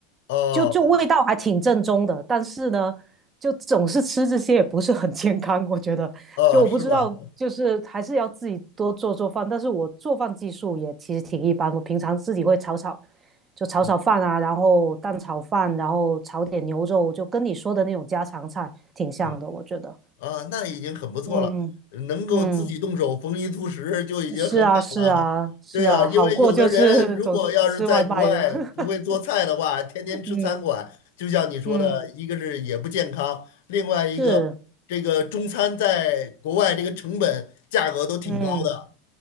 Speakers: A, on the left (about 70°); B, on the right (about 30°).
A: 哦，
B: 就就味道还挺正宗的，但是呢，就总是吃这些也不是很健康，我觉得。
A: 哦，
B: 就我不知道，
A: 是吧？
B: 就是还是要自己多做做饭，但是我做饭技术也其实挺一般，我平常自己会炒炒，就炒炒饭啊，
A: 嗯
B: 然后蛋炒饭，然后炒点牛肉，就跟你说的那种家常菜挺像的，
A: 嗯，
B: 我觉得。
A: 啊，那已经很不错了，
B: 嗯
A: 能够自己动手丰衣足食就已经很好了。
B: 嗯，是啊是啊是啊，
A: 对呀，因为有的人如果要是在国外不会做菜的话，
B: 好过就是总是吃外卖了。<laughs>
A: 天天吃餐馆，
B: 嗯
A: 就像你说的，
B: 嗯，
A: 一个是也不健康，另外一个这个中餐在国外这个成本价格都挺高的，
B: 是嗯。